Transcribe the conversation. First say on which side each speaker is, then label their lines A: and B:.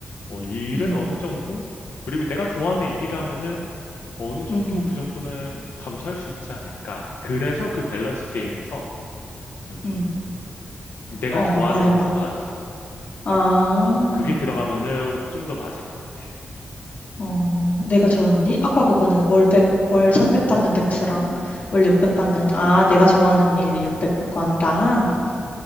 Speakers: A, on the left (about 80°); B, on the left (about 50°).
A: 어, 이 일은
B: 음.
A: 어느 정도? 그리고 내가 좋아하는 일이라면은 어느 정도
B: 음.
A: 그 정도는 감수할 수 있지 않을까. 그래서 그 밸런스 게임에서, 음,
B: 음.
A: 내가
B: 어,
A: 좋아하는
B: 말해 봐.
A: 일로 하기.
B: 아.
A: 어, 그게 들어가면은 좀 더 맞을 것 같아.
B: 어, 내가 좋아하는 일? 아까 그거는 월백월300 받는 백수랑 월 600 받는 아, 내가 좋아하는 일 600 받고 한다.
A: 음,